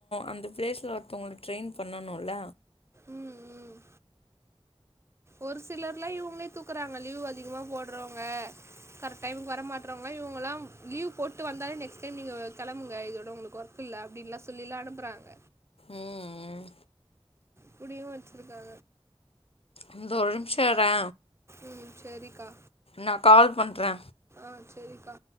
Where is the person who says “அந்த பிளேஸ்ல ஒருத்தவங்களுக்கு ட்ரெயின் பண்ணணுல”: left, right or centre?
Left